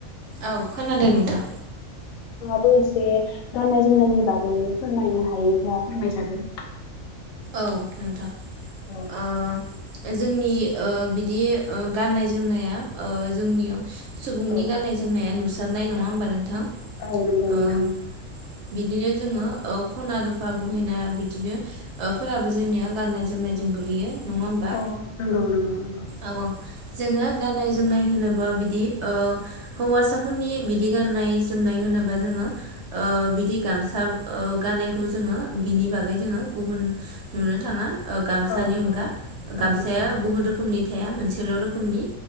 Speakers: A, on the right; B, on the left.
A: औ खोनादों नोंथां।
B: बो एसे गाननाय जोमनायनि बागै फोरमायनो हायोब्ला फोरमायजागोन
A: औ नोंथां
B: औ
A: ओ। जोंनि ओ बिदि गाननाय-जोमनाया जोंनियाव सुबुंनि
B: औ
A: गान्नाय जोमनाया नुसारनाय नङा होमबा नोंथां।
B: औ नंगौ
A: ओ
B: नोंथां।
A: बिदिनो जोङो खना रुफा बहिना बिदिनो फोराबो जोंनिया गाननाय जोमनायजों गोलैयो। नङा होमबा
B: औ नंगौ नंगौ-नंगौ।
A: औ जोङो गाननाय जोमनाय होनोबा बिदि हौवासाफोरनि बिदि गान गाननाय जोमनाय होनोबा जोङो ओ बिदि गामसा गानायखौ जोङो बिनि ब जोङो गुबुन नुनो थाङा गामसानि
B: औ नंगौ
A: अनगा
B: औ
A: गामसाया
B: नंगौ
A: गुबुन रो बिथांया मोनसेल रोखोमनि